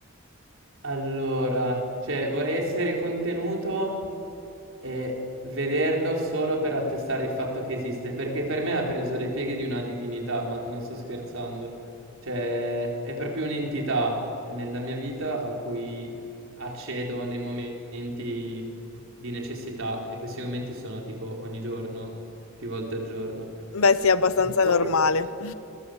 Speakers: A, on the right (about 65°); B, on the left (about 70°).
A: Allora, cioè vorrei essere contenuto e vederlo solo per attestare il fatto che esiste, perché per me ha preso le pieghe di una divinità, ma non sto scherzando. Cioè, è proprio un'entità nella mia vita a cui accedo nei momenti di necessità e questi momenti sono tipo ogni giorno, più volte al giorno.
B: Beh, sì, è abbastanza
A: E poi
B: normale. <laughs>